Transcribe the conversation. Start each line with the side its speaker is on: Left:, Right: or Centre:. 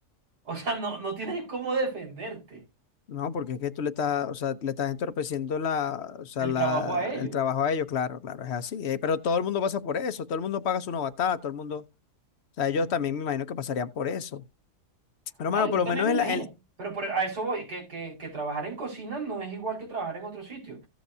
Right: O sea, no, no tienes cómo defenderte
Left: No, porque es que tú le estás, o sea, le estás entorpeciendo la, o sea,
Right: el
Left: la,
Right: trabajo a ellos.
Left: el trabajo a ellos, claro, claro, es así. Eh, pero todo el mundo pasa por eso, todo el mundo paga su novatada, todo el mundo, o sea, ellos también me imagino que pasarían por eso. Pero
Right: No,
Left: hermano,
Right: yo
Left: por lo
Right: también
Left: menos
Right: me
Left: en
Right: imagino.
Left: la, en-
Right: Pero por- a eso voy, que, que, que trabajar en cocina no es igual que trabajar en otro sitio.